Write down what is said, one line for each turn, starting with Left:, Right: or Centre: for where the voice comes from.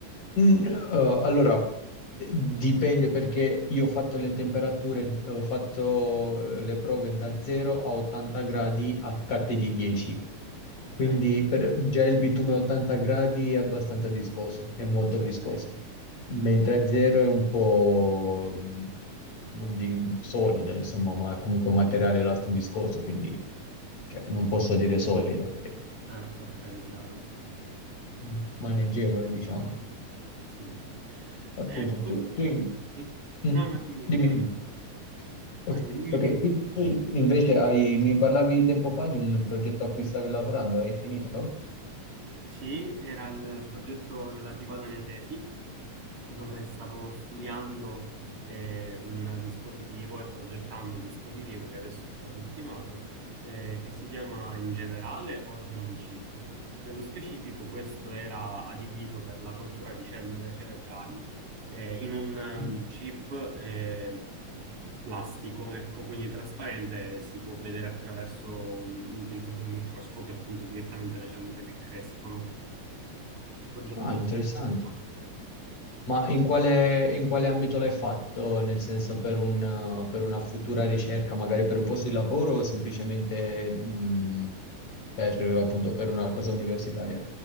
Left: Mm, eh, allora, eh, dipende perché io ho fatto le temperature, ho fatto eh, le prove da 0 a 80 gradi a scatte di 10,
Right: Ok,
Left: quindi per- già il bitume a 80 gradi è abbastanza viscoso, è molto viscoso,
Right: ok,
Left: mentre a 0 è un po', mm, non di solido, insomma, ma comunque un materiale elasto viscoso, quindi cioè, non posso dire solido, ecco,
Right: certo, ok, chiaro.
Left: Mm, maneggevole, diciamo.
Right: Sì, sì.
Left: appunto
Right: E cosa?
Left: tu, tu in-
Right: Sì.
Left: mm,
Right: No, no, dimmi, dimmi.
Left: dimmi, dimmi.
Right: Vai,
Left: Ok,
Right: dimmi
Left: ok,
Right: tu.
Left: quindi tu invece hai, mi parlavi tempo fa di un progetto a cui stavi lavorando, l'hai finito?
Right: Sì, era il progetto relativo alla mia tesi, dove stavo studiando eh, un dispositivo e progettando il dispositivo che adesso è stato ultimato, eh, che si chiama in generale Organon Chip. Nello specifico, questo era adibito per la coltura di cellule cerebrali eh, in un ehm,
Left: Mm.
Right: chip eh, plastico, ecco, quindi trasparente, e si può vedere attraverso un- l'utilizzo di un microscopio appunto direttamente le cellule che crescono progetto
Left: Ah,
Right: molto
Left: interessante.
Right: interessante.
Left: Ma in quale, in quale ambito l'hai fatto? Nel senso per un, eh, per una futura ricerca, magari per un posto di lavoro o semplicemente mm, per, appunto, per una cosa universitaria?